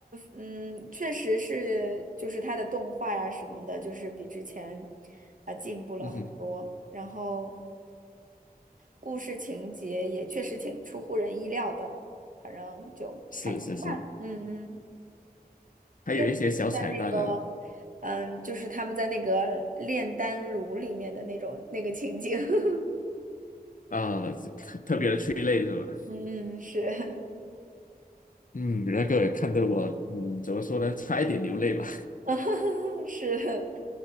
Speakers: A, on the right; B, on the left.
A: 嗯，确实是，就是他的动画呀、什么的，就是比之前啊、进步了很多。
B: 嗯哼，
A: 然后故事情节也确实挺出乎人意料的，反正就还行吧。
B: 是是是，
A: 嗯嗯。
B: 还有一些小彩蛋呢，
A: 特别是在那个，嗯，就是他们在那个炼丹炉里面的那种那个情景，<laughs>
B: 啊，是特特别的催泪是吧？
A: 嗯嗯是。
B: 嗯，那个也看得我，嗯，怎么说呢，差一点流泪吧。
A: 啊，<laughs> 是，